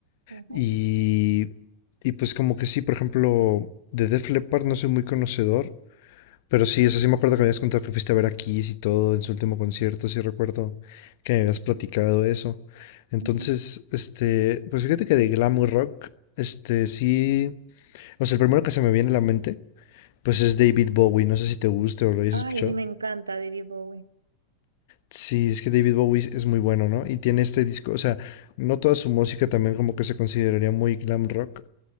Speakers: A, on the right (about 80°); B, on the left (about 50°).
A: Ujú,
B: Y, y pues como que sí, por ejemplo, de Def Leppard no soy muy conocedor, pero sí, eso sí me acuerdo que me habías contado que fuiste a ver a Kiss y todo en su último concierto, sí recuerdo que me habías platicado eso. Entonces,
A: ujú.
B: este, pues fíjate que de glam rock, este, sí, o sea, el primero que se me viene a la mente, pues es David Bowie, no sé si te guste o lo hayas
A: Ay,
B: escuchado.
A: a mí me encanta David Bowie.
B: Sí, es que David Bowie es muy bueno, ¿no? Y tiene este disco, o sea, no toda su música también como que se consideraría muy glam rock,